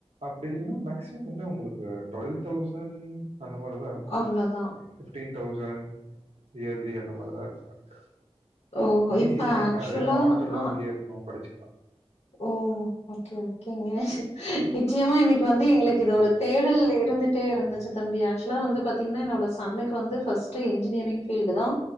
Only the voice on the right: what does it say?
அப்டி இல்லைன்னா மேக்சிமம் என்ன உங்களுக்கு டுவெல் தௌசண்ட் அந்த மாரிதா இரு
ஃபிப்டீன் தௌசண்ட் இயர்லி அந்த மாரிதா இருக்குனு நினைக்கிறே
ஈஸி
தாங்க
அதவே ஹாஸ்டல்லு
அங்கேயே இருக்கும் படிச்சுக்கலா